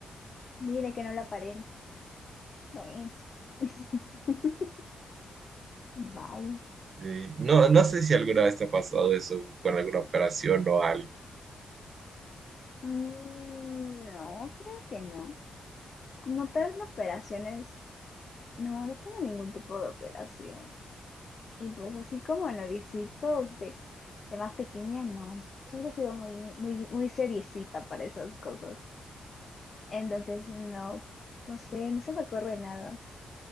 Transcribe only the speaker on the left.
Mire que no lo aparenta. Bueno, <laughs> vaya.
Mm, no, creo que no. Como tal, operaciones, no, no tengo ningún tipo de operación. Y pues así como novicitos de, de más pequeña, no. Siempre he sido muy, muy, muy seriecita para esas cosas. Entonces, no, no sé, no se me ocurre nada.